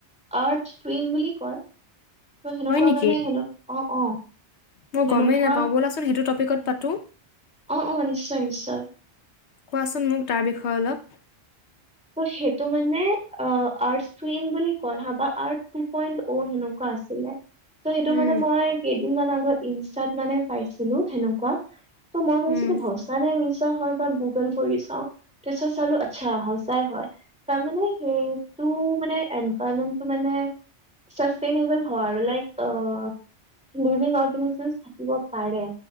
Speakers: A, in the centre; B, on the left.
A: earth twin বুলি কয় ত' সেনেকুৱা
B: হয় নেকি?
A: মানে হেন অ', অ'।
B: মই
A: সেনেকুৱা
B: গমেই নাপাওঁ বলাচোন সেইটো টপিকত পাতো।
A: অ' অ', নিশ্চয়-নিশ্চয়।
B: কোৱাচোন মোক তাৰ বিষয়ে অলপ।
A: ত' সেইটো মানে অ, আৰ্থটুইন বুলি কয় হা বা আৰ্থ টো পইণ্ট অ হেন কোৱা আছিলে। ত' সেইটো
B: উম,
A: মানে মই কেইদিন মান আগত ইনষ্টাত মানে পাইছিলো সেনেকুৱা। ত' মই ভাবিছিলোঁ
B: উম।
A: সঁচা নে মিছা হয় বা গুগল কৰি চাও তাৰপিছত চালো আচ্ছা সঁচাই হয় তাৰমানে সেইটো মানে এনভাইৰমেণ্টটো মানে চাচষ্টেনেবল হয় আৰু like uh uh uh uh, living অৰ্গেনাইজেচৰ থাকিব পাৰে।